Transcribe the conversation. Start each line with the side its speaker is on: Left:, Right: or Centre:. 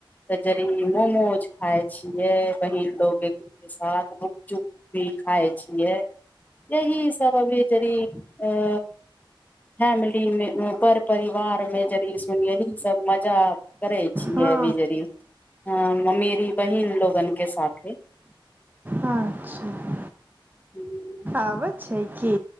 Left: ते जड़ी मोमोज खाय छियै। बहिन लोगे <unintelligible> के साथ गुपचुप भी खाय छियै, यही सब अभी जड़ी ए फैमिली मे पर परिवार मे जड़ी सुन लही सब मजा करे छियै
Right: हँ
Left: अभी जड़ी आ ममेरी बहिन लोगन के साथे।
Right: अच्छा
Left: हुं।
Right: आबै छै की